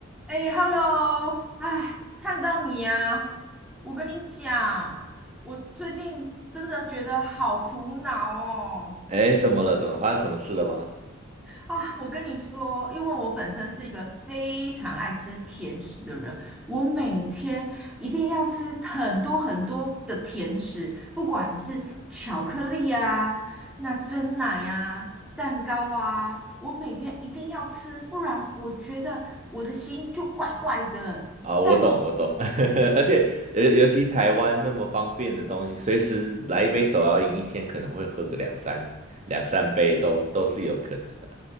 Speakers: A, in the centre; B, on the right.
A: 哎，Hello，哎，看到你啊！我跟你讲，我最近真的觉得好苦恼哦。
B: 哎，怎么了？怎么发生什么事了吗？
A: 啊，我跟你说，因为我本身是一个非常爱吃甜食的人，我每天一定要吃很多很多的甜食，不管是巧克力啊、那蒸奶啊、蛋糕啊，我每天一定要吃，不然我觉得我的心就怪怪的。
B: 啊，我懂，
A: 但
B: 我懂，<laughs> 而且尤尤其台湾那么方便的东西，随时来一杯手摇饮，一天可能会喝个两三两三杯都都是有可能的。